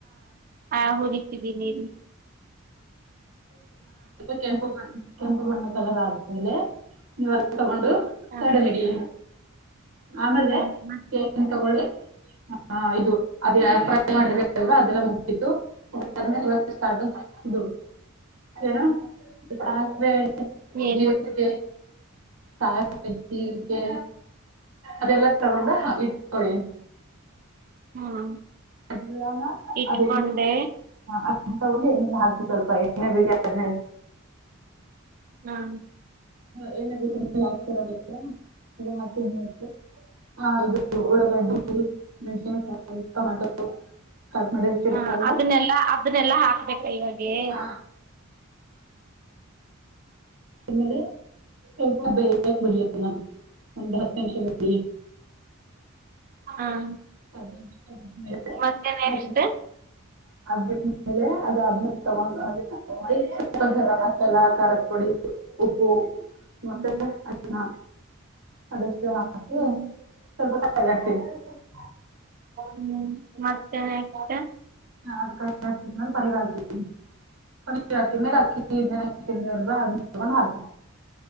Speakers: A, on the right; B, on the right.
A: ಹಾ ಹುರಿತಿದ್ದೀನೀ ರಿ
B: ಕೆಂಪ ಕೆಂಪ ಬಣ್ಣ <unintelligible> ತಣ್ಣಗಾದ ಮೇಲೆ ನೀವೆಲ್ಲ ತಗೊಂಡು
A: ಹ
B: ಎಡ ನಿಡಿ ಆಮೇಲೆ
A: ಹ್ಮ
B: ಏನ್ ತಗೊಳ್ಳಿ ಹ ಇದು ಅದೇ ಫ್ರೈ ಮಾಡ ಅಲ್ವಾ ಅದೆಲ್ಲ ಮುಗಿಸಿ ಇತ್ತು ದಿವ ಸ್ಟಾರ್ಟ ಇದು ನಾ ಸಾಸಿವೆ
A: ಎಲ್ಲ
B: ಜೀರಿಗೆ ಸಾಸಿವೆ ಜೀರಿಗೆ ಅದೆಲ್ಲ ತಗೊಂಡ ಇಟ್ಕೊಳಿ
A: ಹ್ಮ್
B: ಅದೆಲ್ಲ
A: ಇಟ್ಕೊಂಡೆ
B: ಅದ ಅ ತಗೊಂಡಿ ಎಣ್ಣೆಲಿ ಹಾಕ್ಬಿಟ್ಟು ಸ್ವಲ್ಪ ಎಣ್ಣ ಬಿಟ್ ಆದ್ಮೇಲೆ
A: ಹಾ
B: ಅ ಏನ ತುಂಬ ಹಾಕ್ತೀರಾ ಅದಕ್ಕೆ ಅದು ಮತ್ತ ಹ ಉಳ್ಳಾಗಡ್ಡಿ
A: ಹ್ಮ
B: ಮೆಣಸಿನಕಾಯಿ ಟೊಮೆಟೊ ಕಟ್ ಮಾಡಿರ್ತೀರ
A: ಹಾ
B: ಅಲ್ವಾ
A: ಅದನ್ನೆಲ್ಲಾ ಅದನ್ನೆಲ್ಲಾ ಹಾಕ್ ಕೈಗ ದೇ
B: ಆ, ಮೇಲೆ ಸ್ವಲ್ಪ ಬೇಯಕ್ ಬಿಡಿ ಅದನ್ನ ಒಂದ್ ಹತ್ತು ನಿಮಿಷ ಬಿಟ್ ಬಿಡಿ.
A: ಹಾಂ
B: <unintelligible>
A: ಮತ್ತೆ ನೆಕ್ಸ್ಟ್
B: ಅದ್ ಬಿಟ್ಮೇಲೆ ಅದಾದ್ಮೇ ತಗೊಂಡು ಅದನ್ನ ಗರಂ ಮಸಾಲ ಖಾರಕ್ ಪುಡಿ ಉಪ್ಪು ಮತ್ತೆ
A: ಹ್ಞೂ
B: ಅರಿಶಿಣ ಅದಷ್ಟು ಹ <unintelligible>
A: ಹ್ಞೂ
B: ಸ್ವಲ್ಪ <unintelligible>
A: ಹ್ಮ್ ಮತ್ತೆ ಊಟ?
B: <unintelligible> ಹಾಕಿದ್ಮೇಲ್ ಪನ್ನಿರ ಹಾಕಿ ಪನ್ನೀರ್ ಹಾಕಿದ್ ಮೇಲೆ ಅಕ್ಕಿ ನೆನೆ ಹಾಕಿದ್ರಲ ಅದನ್ ತಗೊಂಡ್ ಹಾಕ್